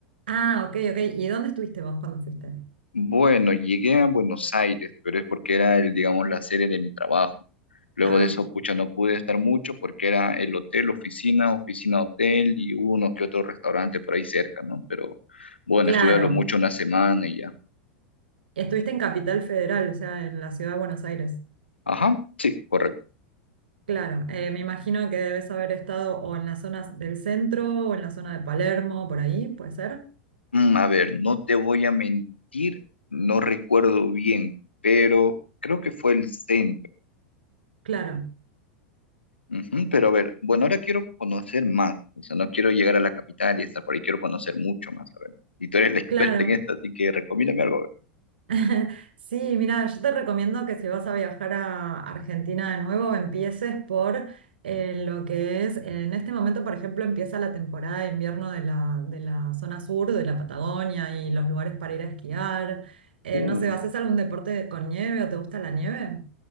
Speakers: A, on the right (about 65°); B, on the left (about 80°).
A: Ah, ok, ok. ¿Y dónde estuviste vos cuando fuiste?
B: Bueno, llegué a Buenos Aires, pero es porque era, el, digamos, la sede de mi trabajo. Luego
A: Ah,
B: de eso, pucha, no pude estar mucho porque era el hotel, oficina, oficina, hotel y uno que otro restaurante por ahí cerca, ¿no? Pero bueno,
A: claro.
B: estuve a lo mucho una semana y ya.
A: Estuviste en Capital Federal, o sea, en la ciudad de Buenos Aires.
B: Ajá, sí, correcto.
A: Claro, eh, me imagino que debes haber estado o en las zonas del centro o en la zona de Palermo, por ahí, ¿puede ser?
B: Mm, a ver, no te voy a mentir, no recuerdo bien, pero creo que fue el centro.
A: Claro,
B: Ujú, pero a ver, bueno, ahora quiero conocer más, o sea, no quiero llegar a la capital y estar por ahí, quiero conocer mucho más, a ver. Y tú eres la experta
A: claro.
B: en esto, así que recomiéndame algo, a ver.
A: <laughs> Sí, mira, yo te recomiendo que si vas a viajar a Argentina de nuevo, empieces por eh, lo que es, en este momento, por ejemplo, empieza la temporada de invierno de la, de la zona sur, de la Patagonia y los lugares para ir a esquiar. Eh,
B: Uh,
A: no sé, ¿haces algún deporte con nieve o te gusta la nieve?